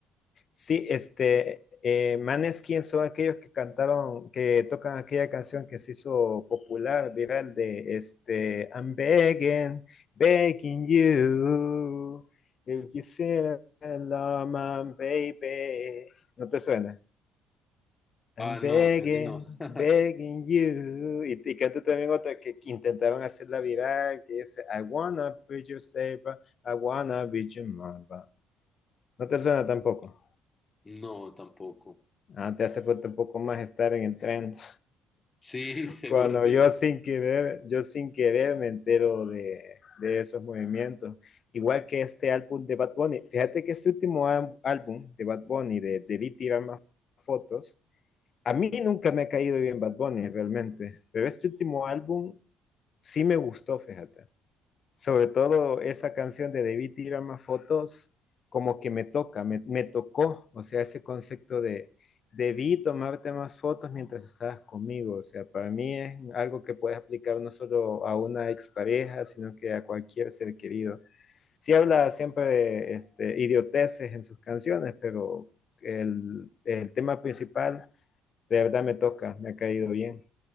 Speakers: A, on the left; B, on the left.
A: sí, este, eh, Maneskin son aquellos que cantaron, que tocan aquella canción que se hizo popular, viral, de este, I'm begging, begging you, if you see love my baby. ¿No te suena? I'm
B: Ah,
A: begging,
B: no, casi no. <laughs>
A: begging you. Y, y canta también otra que, que intentaron hacerla viral, que dice, I wanna be your savior, I wanna be your mama. No te suena tampoco.
B: No, tampoco.
A: Ah, te hace falta un poco más estar en el tren.
B: Sí,
A: <laughs>
B: <laughs> seguro
A: Cuando
B: que
A: yo
B: sí.
A: sin querer, yo sin querer me entero de, de esos movimientos. Igual que este álbum de Bad Bunny. Fíjate que este último álbum de Bad Bunny, de Debí tirar más fotos, a mí nunca me ha caído bien Bad Bunny realmente, pero este último álbum sí me gustó, fíjate. sobre todo esa canción de Debí tirar más fotos, como que me toca, me, me tocó, o sea, ese concepto de debí tomarte más fotos mientras estabas conmigo, o sea, para mí es algo que puedes aplicar no solo a una expareja, sino que a cualquier ser querido. Sí habla siempre de este, idioteces en sus canciones, pero el, el tema principal de verdad me toca, me ha caído bien.